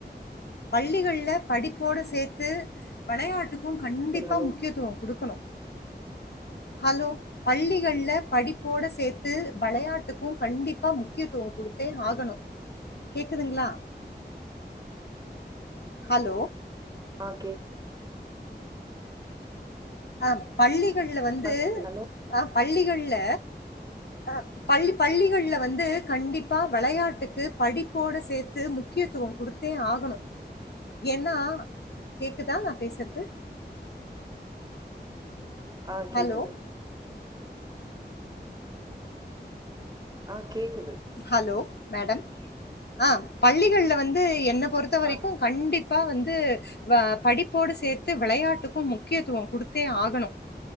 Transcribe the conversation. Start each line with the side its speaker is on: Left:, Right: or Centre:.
Left: பள்ளிகள்ல படிப்போடு சேத்து வெளையாட்டுக்கு கண்டிப்ப
Right: கேக்குது ஹலோ
Left: முக்கியத்துவ குடுக்கணு ஹலோ பள்ளிகள்ல படிப்போட சேத்து வெளையாட்டுக்கும் கண்டிப்பா முக்கியத்துவம் குடுத்தே ஆகணு கேக்குதுங்ளா ஹலோ
Right: ஓகே
Left: ஆ பள்ளிகள்ல வந்து
Right: ஆ கேக்குது ஹலோ
Left: ஆ பள்ளிகள்ல அ பள்ளி பள்ளிகள்ல வந்து கண்டிப்பா வெளையாட்டுக்கு படிப்போட சேத்து முக்கியத்துவ குடுத் தே ஆகணு ஏன்னா கேக்குதா நா பேசற்து
Right: ஆ கேக்குது
Left: ஹலோ,
Right: ஆ கேக்குது
Left: ஹலோ மேடம் ஆ பள்ளிகள்ல வந்து என்ன பொறுத்த வரைக்கும்
Right: ஆ
Left: கண்டிப் பா வந்து படிப்போடு சேர்த்து விளையாட்டுக்கு முக்கியத்துவம் கொடுத்தே ஆகணு